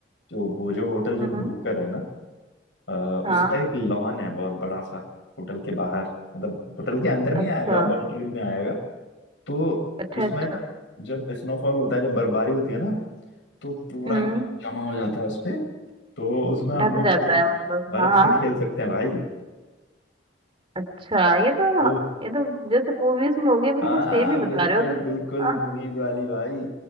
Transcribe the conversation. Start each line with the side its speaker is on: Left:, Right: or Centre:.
Left: जो वो जो होटल जो
Right: हम्म
Left: हम बुक कर रहे हैं ना अ,
Right: हाँ
Left: उसका एक लॉन है बहुत बड़ा सा होटल के बाहर मतलब होटल के अंदर में
Right: अच्छा
Left: ही आएगा बाउंड्री में आएगा तो
Right: अच्छा
Left: उसमें
Right: अच्छा
Left: ना जब स्नोफॉल होता है जब बर्फबारी होती है ना तो पूरा
Right: हम्म
Left: एकदम जमा हो जाता है उसपे तो उसमें हम
Right: ढक
Left: लोग
Right: जाता
Left: वो
Right: है मतलब
Left: बर्फ
Right: हाँ हाँ
Left: से खेल सकते हैं भाई
Right: अच्छा ये तो
Left: वो
Right: ये तो जैसे मूवीज में हो गया बिल्कुल
Left: हाँ
Right: सेम ही बता
Left: बिल्कुल
Right: रहे हो तुम तो
Left: बिल्कुल
Right: <laughs>
Left: मूवीज वाली भाई